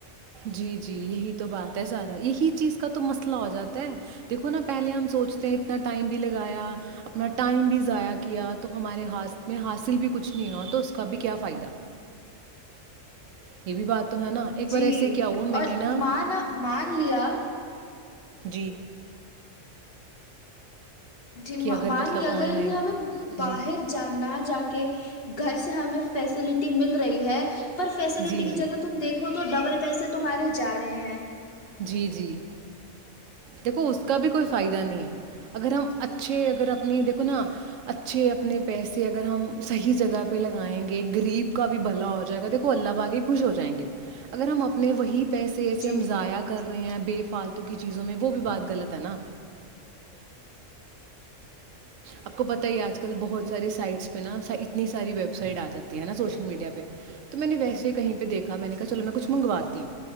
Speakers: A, on the right (about 80°); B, on the left (about 50°).
A: جی جی یہی تو بات ہے سارا یہی چیز کا تو مسئلہ ہو جاتا ہے دیکھو نا پہلے ہم سوچتے ہیں اتنا ٹائم بھی لگایا اپنا ٹائم بھی ضائع کیا تو ہمارے ہاتھ میں حاصل بھی کچھ نہیں ہوا تو اس کا بھی کیا فائدہ یہ بھی بات تو ہے نا ایک بار
B: جی
A: ایسے کیا ہوا میں
B: اور
A: نے نا
B: مانا مان لیا
A: جی
B: جی
A: کہ اگر
B: مان
A: مطلب
B: ل
A: آن
B: ا گگر
A: لائن
B: کہ ہمیں
A: جی
B: باہر جانا جا کے گھر سے ہمیں فیسلٹی مل رہی ہے <unintelligible> فیسلٹی
A: جی جی
B: کی جگہ تم دیکھو تو ڈبل <unintelligible> کیسے تمہارے جا رہے ہیں <unintelligible>
A: جی جی دیکھو اس کا بھی کوئی فائدہ نہیں ہے اگر ہم اچھے اگر اپنے دیکھو نا اچھے اپنے پیسے اگر ہم صحیح جگہ پہ لگائیں گے غریب کا بھی بھلا ہو جائے گا دیکھو اللہ باگے خوش ہو جائیں گے اگر ہم اپنے وہی <unintelligible> پیسے ایسے
B: جی
A: ہمضیاق <unintelligible> ے فتویز میں ہے بارےا آپ کو پ ہی آج کل بہت س سائ پہا ا ساری ویب سائ جاتی ہے نا سول میڈیا پہ تو میں ویسے کہیں پہ دیکھا میں نےا کچھ منگواتی ہوں